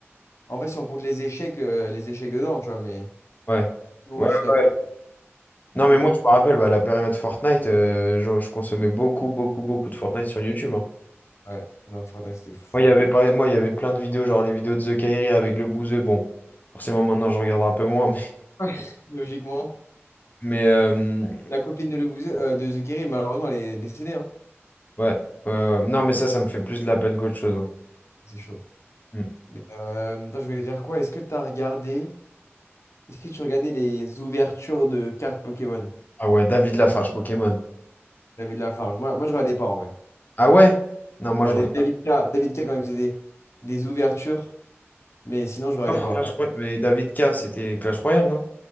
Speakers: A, on the left; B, on the left.
A: En vrai, si on compte les échecs, euh, les échecs dedans, tu vois, mais.
B: Ouais.
A: Ouais,
B: Ouais,
A: je suis d'accord.
B: ouais.
A: c'est
B: Non,
A: Trop
B: mais
A: dur.
B: moi, je me rappelle, bah, la période Fortnite, euh, je, je consommais beaucoup, beaucoup, beaucoup de Fortnite sur YouTube. hein.
A: Ouais, non, Fortnite, c'était fou.
B: Moi, il y avait pas... Moi, il y avait plein de vidéos, genre les vidéos de The Kairi avec le bouseux. Bon, forcément, maintenant, je regarde un peu moins. Mais,
A: Ouais. Logiquement.
B: mais, euh, ouais.
A: La copine de, le, euh, de The Kerry, malheureusement, elle est décédée. hein.
B: ouais, ouais. Non, mais ça, ça me fait plus de la peine qu'autre chose. hein.
A: C'est chaud.
B: Mm.
A: Mais euh, attends, je voulais dire quoi? Est-ce que tu as regardé. Est-ce que tu regardais les ouvertures de cartes Pokémon?
B: Ah ouais, David Lafarge, Pokémon.
A: David Lafarge. Moi, moi je regardais pas en vrai.
B: Ah ouais? Non, moi,
A: Je
B: je
A: regardais
B: regarde
A: David K, David K quand il faisait des, des ouvertures, mais sinon, je regardais
B: encore
A: pas.
B: Clash Royale. Mais David K, c'était Clash Royale, non?